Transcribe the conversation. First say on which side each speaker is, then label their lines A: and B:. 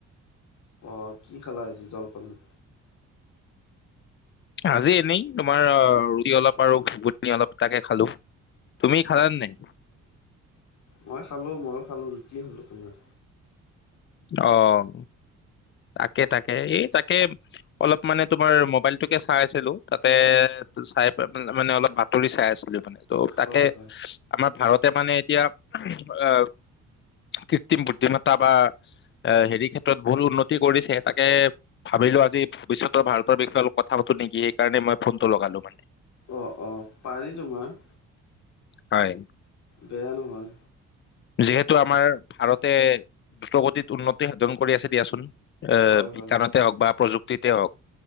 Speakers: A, on the left; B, on the left.
A: অ, কি খালা আজি জলপানত?
B: আজি আমি তোমাৰ আৰু ৰুটি অলপ আৰু ঘূগুনি তাকে খালোঁ। তুমি খালা নে নাই?
A: মই খালোঁ, মইও খালোঁ ৰুটিয়ে হ'লো তোমাৰ।
B: অ'। তাকে, তাকে, এই তাকে অলপ মানে তোমাৰ মোবাইলটোকে চাই আছিলোঁ। তাতে- চাই মানে অলপ বাতৰি চাই আছিলোঁ মানে। ত' তাকে
A: হয় হয়
B: আমাৰ ভাৰতে মানে এতিয়া <unintelligible> কৃত্ৰিম বুদ্ধিমাতা বা এ হেৰি ক্ষেত্ৰত ভুল উন্নতি কৰিছে। তাকে, ভাবিলোঁ আজি ভৱিষ্যতৰ ভাৰতৰ বিষয়ে অলপ কথা পাতোঁ নেকি? সেইকাৰণে মই ফোনটো লগালোঁ মানে।
A: অ' অ' পাৰি তোমাৰ।
B: হয়।
A: বেয়া নহয়।
B: যিহেতু আমাৰ ভাৰতে দ্ৰুত গতিত উন্নতি সাধন কৰি আছে দিয়াছোন। এ
A: হয় হয়
B: বিজ্ঞানতে হওক বা প্ৰযুক্তিতে হওক